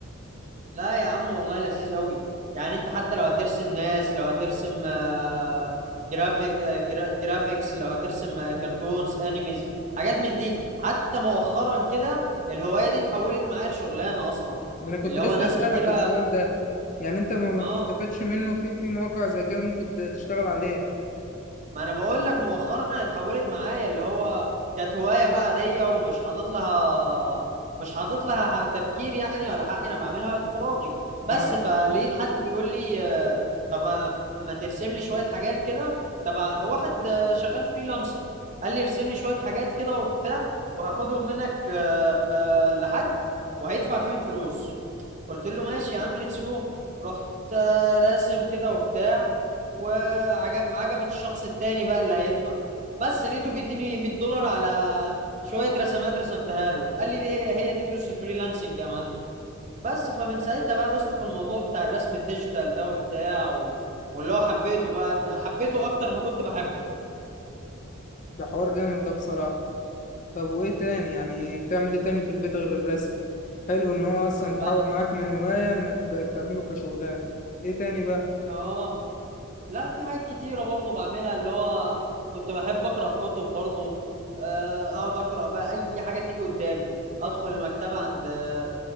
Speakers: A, on the right; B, on the left.
A: لا يا عم والله لذيذ قوي يعني انت حتى لو هترسم ناس لو هترسم آه، جرافيك آه، كرا- جرافيكس لو هترسم آه، كرتونز انيميز حاجات من دي حتى مؤخرا كده الهواية دي اتحولت معايا لشغلانة اصلا
B: ده انا كنت
A: اللي
B: لسه
A: هو ناس
B: اسالك
A: كتيرة
B: السؤال ده يعني انت ما ما
A: اه
B: بتستفادش منه في في مواقع زي كده ممكن ت- تشتغل عليها
A: ما انا بقول لك مؤخرا اتحولت معايا اللي هو كانت هوايه بقى عاديه ومش حاطط لها مش حاطط لها تفكير يعني ولا حاجه انا بعملها وقت فراغي بس
B: اه
A: فلقيت حد بيقول لي آه، طب ما ما ترسم لي شويه حاجات كده تبع واحد آه، شغال فريلانسر قال لي ارسم لي شويه حاجات كده وبتاع وهاخدهم منك آه، آه، لحد وهيدفع فيهم فلوس قلت له ماشي يا عم ليتس جو رحت آه، راسم كده وبتاع وعجب عجبت الشخص التاني بقى اللي هيدفع بس لقيته بيديني 100 دولار على شوية رسمات رسمتها له قال لي دي هي, هي دي فلوس الفريلانسنج يا معلم بس فمن ساعتها بقى دوست في الموضوع بتاع الرسم الديجيتال ده وبتاع و... واللي هو حبيته بقى حبيته اكتر ما كنت بحبه
B: ده حوار جامد ده بصراحة طب وإيه تاني يعني بتعمل إيه تاني في البيت غير الرسم حلو إن هو أصلا اتحول
A: بقى
B: معاك من هواية إنك بقت تعمله كشغلانة إيه تاني بقى؟
A: اه لا في حاجات كتيرة برضو بعملها اللي هو كنت بحب أقرأ كتب برضو آه، أقعد أقرأ بقى أي حاجة تيجي قدامي أدخل المكتبة عند آه،